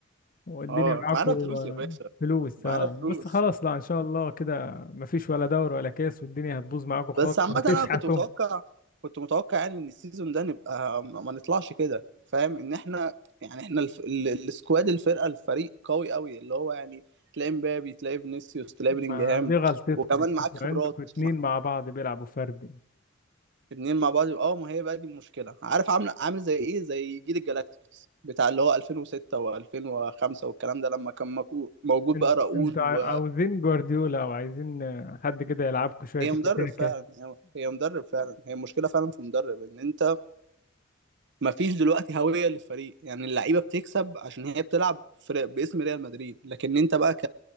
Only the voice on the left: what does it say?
والدنيا
معاكم
آه،
فلوس
اه
بس خلاص لا ان شاء الله كده مفيش ولا دوري ولا كاس والدنيا هتبوظ معاكم خالص
وهتشحتوا
ما دي غلطتكم
انتوا
عندكم اتنين
مع بعض بيلعبوا فردي
ان-
انتوا
عا- عاوزين جوارديولا او عايزين آه، حد كده يلعبكم شويه
تيكي
تاكا